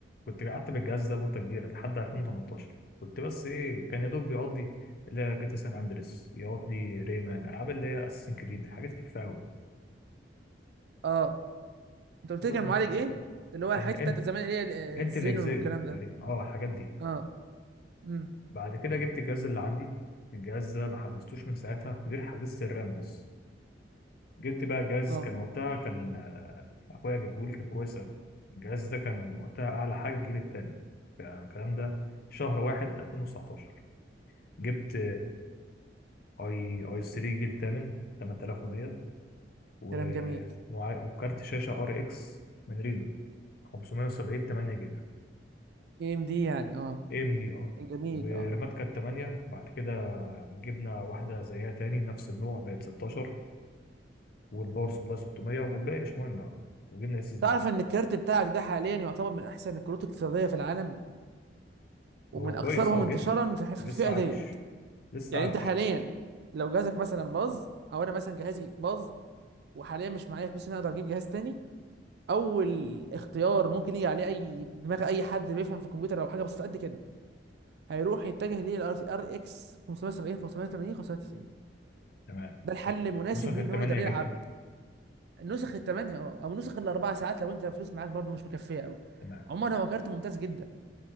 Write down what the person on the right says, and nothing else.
اه انت قلت
لي كان معالج ايه اللي هو الحته
بتاعت زمان اللي هي ال- آه،
الزينون
والكلام ده
اه امم
اه
كلام جميل
اي ام دي يعني اه
جميل
اه
تعرف ان الكارت بتاعك ده حاليا يعتبر من احسن الكروت الاقتصاديه في العالم ومن
اكثرهم
انتشارا
في في
الفئه
ديت
يعني
انت حاليا لو جهازك مثلا باظ او انا مثلا جهازي باظ وحاليا مش معايا فلوس ان أنا اقدر اجيب جهاز تاني اول اختيار ممكن يجي عليه اي دماغ اي حد بيفهم في الكمبيوتر او حاجه بسيطه قد كده هيروح يتجه ليه الار اكس 570 580 590
ده الحل
المناسب
ليه
ان
هو يقدر
يلعب نسخ الثمانية اه او نسخ الاربع ساعات لو انت فلوس معاك برضو مش مكفيه قوي
عموما هو كارت ممتاز جدا